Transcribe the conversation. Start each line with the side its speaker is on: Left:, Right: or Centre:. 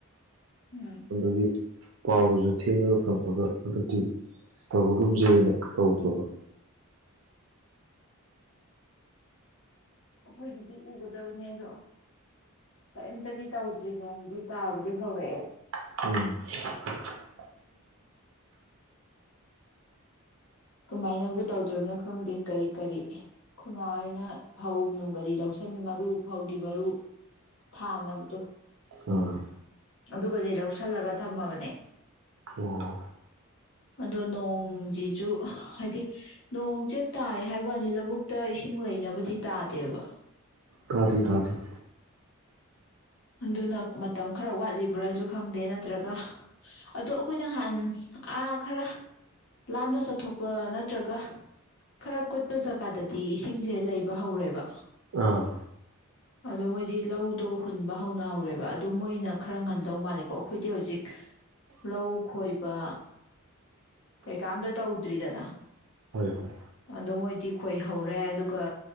Left: ꯎꯝ
Right: ꯑꯗꯒꯤ ꯄꯥꯎꯗꯨꯁꯨ ꯊꯦꯡꯅꯒ ꯐꯪꯕꯒ ꯍꯟꯗꯛꯗꯤ ꯇꯧꯔꯒꯨꯝꯖꯦꯅ ꯇꯧꯗ꯭ꯔꯕ
Left: ꯑꯩꯈꯣꯏꯒꯤꯗꯤ ꯎꯒꯗꯕꯅꯦ ꯑꯗꯣ ꯀꯔꯤꯝꯇꯗꯤ ꯇꯧꯗ꯭ꯔꯤ ꯅꯣꯡꯗꯤ ꯇꯥꯕꯗꯤ ꯍꯧꯔꯛꯑꯦ
Right: ꯎꯝ
Left: ꯀꯃꯥꯏꯅꯕꯨ ꯇꯧꯗ꯭ꯣꯏꯔꯤꯕꯅꯣ ꯈꯪꯗꯦ ꯀꯔꯤ ꯀꯔꯤ ꯈ‌ꯣꯏ ꯃꯥꯍ‌ꯣꯏꯅ ꯐꯧ ꯅꯨꯡꯒꯗꯤ ꯂꯧꯁꯟ ꯃꯔꯨ ꯐꯧꯒꯤ ꯃꯔꯨ ꯊꯥꯅꯕꯗꯣ
Right: ꯑꯥ
Left: ꯑꯗꯨꯒꯗꯤ ꯂꯧꯁꯤꯜꯂꯒ ꯊꯝꯃꯕꯅꯦ
Right: ꯑꯣ
Left: ꯑꯗꯣ ꯅꯣꯡꯁꯤꯁꯨꯨ ꯍꯥꯏꯗꯤ ꯅꯣꯡꯁꯦ ꯇꯥꯏ ꯍꯥꯏꯕ ꯋꯥꯅꯤ ꯂꯧꯕꯨꯛꯇ ꯏꯁꯤꯡ ꯂꯩꯅꯕꯗꯤ ꯇꯥꯗꯦꯕ
Right: ꯇꯥꯗ‌ꯦ ꯇꯥꯗ‌ꯦ
Left: ꯑꯗꯨꯅ ꯃꯇꯝ ꯈꯔ ꯋꯥꯠꯂꯤꯕ꯭ꯔꯥꯁꯨ ꯈꯪꯗꯦ ꯅꯠꯇ꯭ꯔꯒ ꯑꯗꯣ ꯑꯩꯈꯣꯏꯅ ꯅꯍꯥꯟ ꯑꯥ ꯈꯔ ꯂꯥꯞꯅ ꯆꯠꯊꯣꯛꯄ ꯅꯠꯇ꯭ꯔꯒ ꯈꯔ ꯀꯨꯠꯄ ꯖꯒꯥꯗꯗꯤ ꯏꯁꯤꯡꯁꯦ ꯂꯩꯕ ꯍꯧꯔꯦꯕ
Right: ꯑꯥ
Left: ꯑꯗꯣ ꯃꯣꯏꯗꯤ ꯂꯧꯗꯣ ꯍꯨꯟꯕ ꯍꯧꯅ ꯍꯧꯔꯦꯕ ꯑꯗꯨ ꯃꯣꯏꯅ ꯈꯔ ꯉꯟꯗꯧ ꯃꯥꯜꯂꯦꯀꯣ ꯑꯩꯈꯣꯏꯗꯤ ꯍꯧꯖꯤꯛ ꯂꯧ ꯈꯣꯏ ꯄꯥ ꯀꯩꯀꯥꯝꯇ ꯇꯧꯗ꯭ꯔꯤꯗꯅ
Right: ꯍꯣꯏ ꯍꯣꯏ
Left: ꯑꯗꯣ ꯃꯣꯏꯗꯤ ꯈꯣꯏꯍꯧꯔꯦ ꯑꯗꯨꯒ